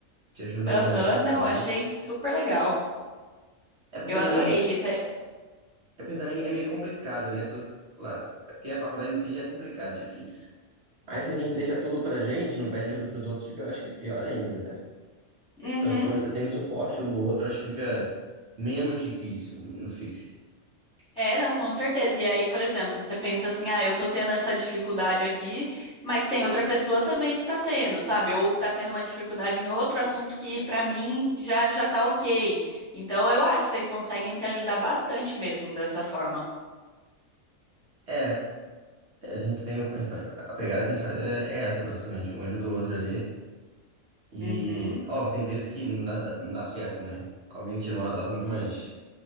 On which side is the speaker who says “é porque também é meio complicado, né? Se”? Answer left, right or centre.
Right